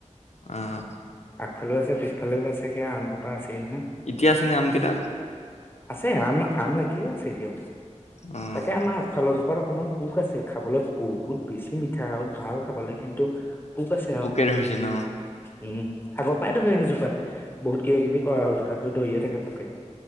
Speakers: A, on the left (about 65°); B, on the left (about 20°).
A: অঁ।
B: ফালেও আছে পিছফালেও আছে সেয়া আমসোপা আছেই নহয়
A: এতিয়া আছেনে আম কেইটা
B: আছে আম। আম লাগিয়ে এতিয়াও
A: অ',
B: তাকে আমাৰ আগফালৰজোপা অকণমান পোক আছে খাবলৈ বহুত বেছি মিঠা আৰু ভাল খাবলে কিন্তু। পোক আছে
A: পোকে
B: আও
A: ধৰিছে ন'
B: উম আগৰ পৰাই ধৰি জোপাত বহুত কিবা কিবি কৰা হ'ল তথাপিও ধৰিয়ে থাকে পোকে।